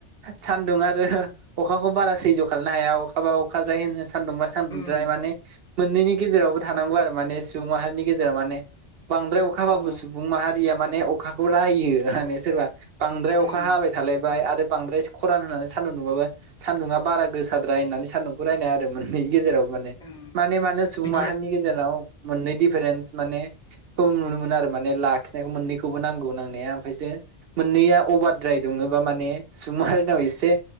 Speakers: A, on the right (about 60°); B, in the centre.
A: सान्दुं आरो अखाखौ बारा सैज' खालामनो हाया अखाबा अखाद्राय होनो सान्दुंबा सान्दुंद्राय
B: उम
A: माने। मोननैनि गेजेरावबो थानांगौ आरो माने सुबुं माहारिनि गेजेराव माने। बांद्राय अखा हाबाबो
B: अ
A: सुबुं माहारिया माने अखाखौ रायो माने सोरबा बांद्राय
B: उम
A: अखा हाबाय। थालायबाय आरो बांद्रायसे खरान होननानै सान्दुं दुंबाबो सान्दुंआ बारा गोसाद्राय होननानै सान्दुंखौ रायनाय मोनैनि गेजेराव माने
B: ओं
A: माने मानो सुबुं
B: बिदिया
A: माहारिनि गेजेराव मोननै दिफारेन्स माने खौ नुनो मोनो आरो माने लाखिनायखौ मोननैखौबो नां गौ नांनाया ओमफ्रायसो मोननैया अभारद्राय दुङोबा माने सुबुं माहारिनाव एसे